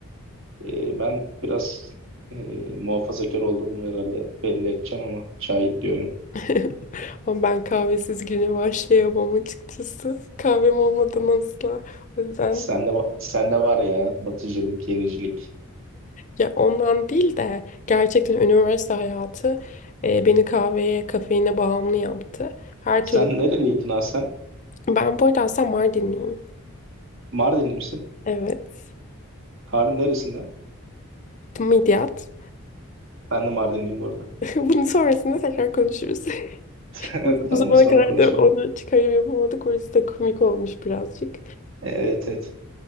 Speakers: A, on the right; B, on the left.
A: Ee, ben biraz e, muhafazakar olduğumu herhalde belli edeceğim ama çay diyorum.
B: <laughs> Ama ben kahvesiz güne başlayamam açıkçası. Kahvem olmadan asla. O yüzden
A: Sende, va- sende var ya batıcılık, yenicilik.
B: ya ondan değil de gerçekten üniversite hayatı e, beni kahveye, kafeine bağımlı yaptı. Her türlü.
A: Sen
B: <laughs>
A: nereliydin ha sen?
B: Ben bu arada aslında Mardinliyim.
A: Mardinli misin?
B: Evet.
A: Harun neresinden?
B: Midyat.
A: Ben de Mardinliyim bu arada. <laughs>
B: <laughs> Bunun sonrasında tekrar konuşuruz. <laughs>
A: Evet,
B: Nasıl
A: Tamam
B: Bu zamana
A: sonra
B: kadar
A: konuşalım.
B: da onu çıkarım yapamadık. Orası da komik olmuş birazcık.
A: Evet evet.